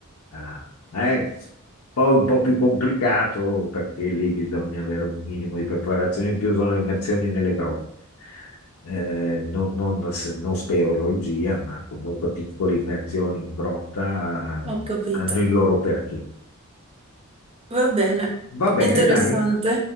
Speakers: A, on the left; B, on the right.
A: Ah, eh, poi un po' più complicato perché lì bisogna avere un minimo di preparazione in più, sono immersioni nelle grotte. Eh, non, non, s- non speleologia, ma comunque piccole immersioni in grotta
B: Ho
A: eh,
B: capito.
A: hanno il loro perché.
B: Va bene.
A: Va bene,
B: Interessante.
A: dai.